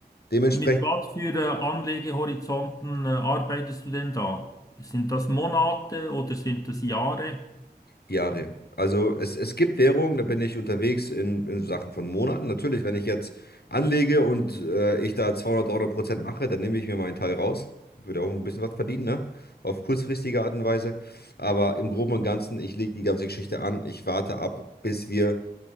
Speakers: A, on the left (about 65°); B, on the left (about 20°).
A: Dementsprechend
B: Mit was für äh, Anlegehorizonten äh, arbeitest du denn da? Sind das Monate oder sind das Jahre?
A: Jahre. Also es, es gibt Währungen, da bin ich unterwegs in, in so Sachen von Monaten. Natürlich, wenn ich jetzt anlege und äh, ich da 200, 300 Prozent mache, dann nehme ich mir meinen Teil raus. Würde auch ein bisschen was verdienen, ne? Auf kurzfristige Art und Weise. Aber im Groben und Ganzen, ich lege die ganze Geschichte an. Ich warte ab, bis wir